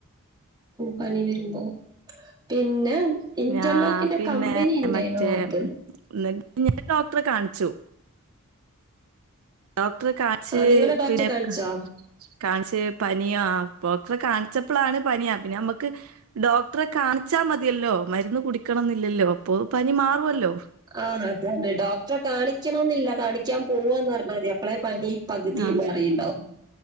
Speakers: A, on the right; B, on the right.
A: പണി വരുമ്പോ. പിന്നെ ഇന്റർലോക്കിന്റെ
B: ഞാ പിന്നെ
A: കമ്പനിണ്ടായിരുന്നു.
B: മറ്റേ
A: <unintelligible>
B: <unintelligible> ഡോക്ടറെ കാണിച്ചു. ഡോക്ടറെ കാൺച്ച്
A: ആ നിങ്ങള് ഡോക്ടറെ
B: പിന്നെ
A: കാണിച്ചോ
B: ക കാണിച്ച് പനിയാ <unintelligible> കാണിച്ചപ്പളാണ് പനിയാ. പിന്നെ ഞമ്മക്ക്, ഡോക്ടറെ കാണിച്ചാ മതിയല്ലോ. മരുന്ന് കുടിക്കണം ന്നില്ലല്ലോ. അപ്പൊ പനി മാറുവല്ലോ.
A: ആഹ് അതന്നെ ഡോക്ടറെ കാണിക്കണെന്നില്ല. കാണിക്കാൻ പോവാന്ന്റഞ്ഞാ മതി. അപ്പളെ പനി പകുതി
B: ആ
A: മാറിയുണ്ടാവും